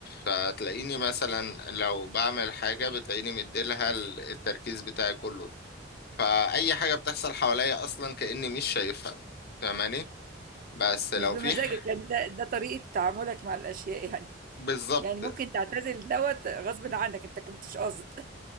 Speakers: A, on the left; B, on the right.
A: فتلاقيني مثلا لو بعمل حاجة بتلاقيني مديلها ال- التركيز بتاعي كله فأي حاجة بتحصل حواليا أصلا كأني مش شايفها فاهماني بس لو
B: مش بمزاجك
A: في ح-
B: يعني ده ده طريقة تعاملك مع الاشياء يعني
A: بالظبط
B: يعني ممكن تعتزل دوت غصب عنك انت كنتش قاصد